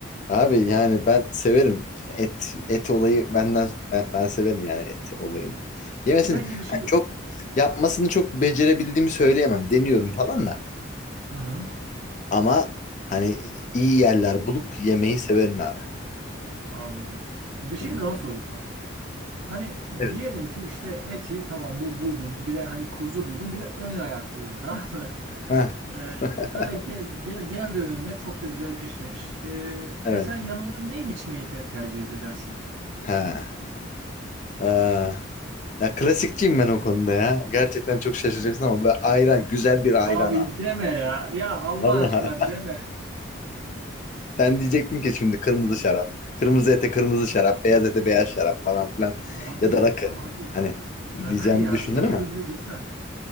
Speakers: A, on the left (about 35°); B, on the right (about 70°).
A: Abi
B: Hmm.
A: yani ben severim et et olayı benden ben, ben severim yani et olayını. Yemesini
B: Peki bir şey
A: hani çok yapmasını çok becerebildiğimi söyleyemem. Deniyorum falan da.
B: Hı hı,
A: Ama hani iyi yerler bulup yemeyi severim abi.
B: anladım. Bir şey
A: Hı hı.
B: daha soracağım. Hani
A: Evet.
B: diyelim ki işte eti tamam bu buldun. Bir de hani kuzu buldun. Bir de ön ayak buldun tamam mı? <laughs>
A: Ha.
B: Ee,
A: <laughs>
B: böyle gel, gel geldi önüne çok da güzel pişmiş. Ee,
A: Evet.
B: mesela yanında ne içmeyi te- tercih edersin?
A: Ha. Aa. Ya klasikçiyim ben o konuda ya. Gerçekten çok şaşıracaksın ama böyle ayran güzel bir ayran
B: Abi
A: abi.
B: deme ya. Ya Allah
A: Vallahi.
B: aşkına deme.
A: Sen diyecektin ki şimdi kırmızı şarap, kırmızı ete kırmızı şarap, beyaz ete beyaz şarap falan filan
B: Abi,
A: ya da rakı.
B: abi.
A: Hani
B: Rakı
A: diyeceğimi
B: ya.
A: düşündün
B: Rakı
A: ama
B: lü- lütfen.